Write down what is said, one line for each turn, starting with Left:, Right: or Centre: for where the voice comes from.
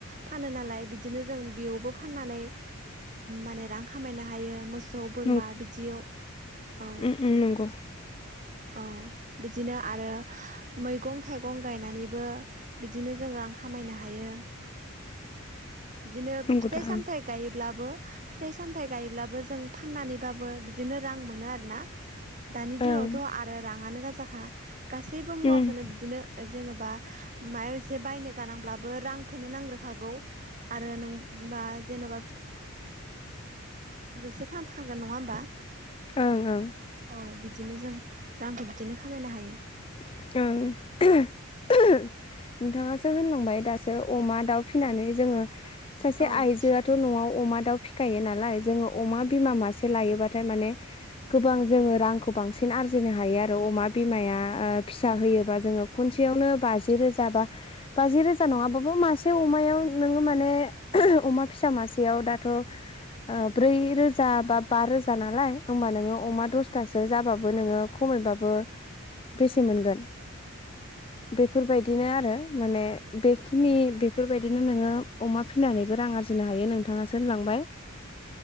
Right: फानो नालाय बिदिनो जों बेयावबो फाननानै माने रां खामायनो हायो मस मोसौ बोरमा
Left: नं
Right: बिदियाव औ
Left: उम उम नंगौ
Right: औ बिदिनो आरो मैगं थाइगं गायनानैबो बिदिनो जोङो रां खामायनो हायो। बिदिनो
Left: नंगौ
Right: फिथाइ
Left: दा
Right: सामथायाइ
Left: ओं
Right: गायोब्लाबो फिथाइ सामथाय गायोब्लाबो जों फाननानैबाबो बिदिनो रां मोनो आरो ना। दानि
Left: ओं
Right: दिनावथ' आरो राङानो गाजाखा गासैबो मुवाखोनो
Left: उम
Right: बिदिनो ओ जेन'बा माबा मोनसे बायनो गानांब्लाबो रांखोनो नांग्रोखागौ। आरो नों बा जेन'बा जोंसो फान थागोन नङा होमबा।
Left: ओं ओं।
Right: औ बिदिनो जों आंखौ बिदिनो खामायनो हायो।
Left: ओं। नोंथाङासो होनलांबाय दासो अमा दाउ फिनानै जोङो सासे
Right: रां
Left: आयजोआथ' न'आव अमा दाउ फिखायो नालाय जोङो अमा बिमा मासे लायोबाथाय माने गोबां जोङो रांखौ बांसिन आरजिनो हायो आरो अमा बिमाया फिसा होयोबा जोङो खनसेयावनो बाजि रोजा बा बाजि रोजा नङाबाबो मासे अमायाव नोङो माने अमा फिसा मासेयाव दाथ' ओ ब्रै रोजा बा बा रोजा नालाय ओमबा नोङो अ अमा दसथासो जाबाबो नोङो खमैबाबो बेसे मोनगोन बेफोरबायदिनो आरो माने बेखिनि बेफ बेफोरबायदिनो नोङो अमा फिनानैबो रां आरजिनो हायो नोंथाङासो होनलांबाय